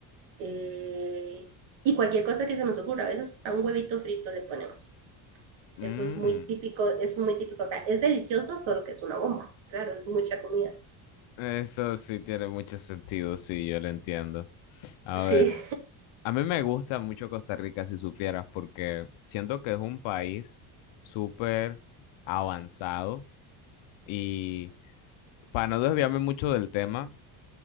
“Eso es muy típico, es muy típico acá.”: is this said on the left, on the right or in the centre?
Right